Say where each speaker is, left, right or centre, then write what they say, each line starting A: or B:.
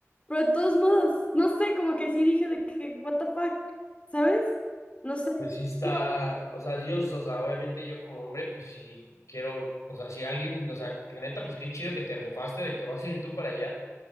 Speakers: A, on the left (about 25°); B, on the left (about 85°).
A: Pero de todos modos, no sé, como que sí dije de que, what the fuck, ¿sabes? No sé.
B: Pues sí está,
A: Digo,
B: o sea, Dios, o sea, obviamente yo como hombre, pues si quiero, o sea, si alguien, o sea, la neta, pues qué chido que te rifaste de que vas a ir tú para allá.